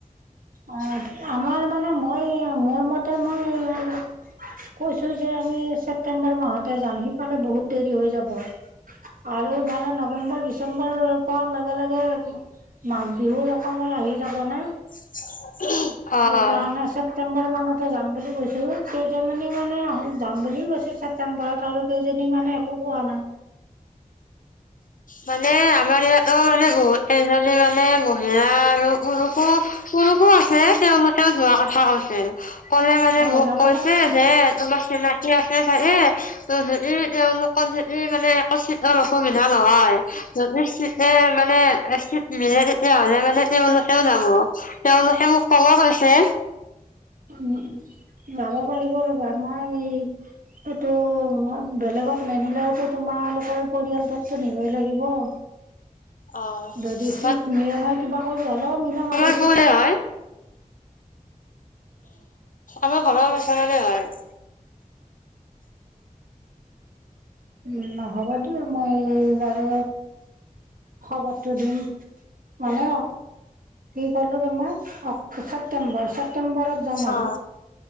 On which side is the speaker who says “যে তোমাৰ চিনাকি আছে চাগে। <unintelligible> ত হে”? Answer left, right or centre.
Left